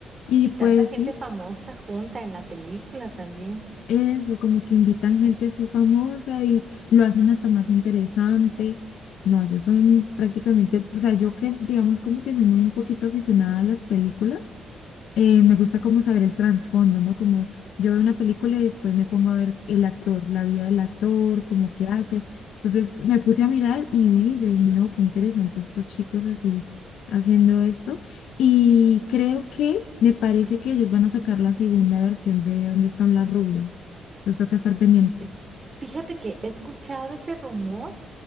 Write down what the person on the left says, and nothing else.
Y
pues
sí,
eso, como que invitan gente así famosa y lo hacen hasta más interesante. No, ellos son prácticamente, o sea, yo que digamos como que soy muy un poquito aficionada a las películas eh, me gusta como saber el trasfondo, ¿no? Como yo veo una película y después me pongo a ver el actor, la vida del actor, como qué hace. Entonces me puse a mirar y vi, yo dije, no, qué interesante estos chicos así haciendo esto. Y creo que me parece que ellos van a sacar la segunda versión de ¿Dónde están las rubias? Entonces toca estar pendiente.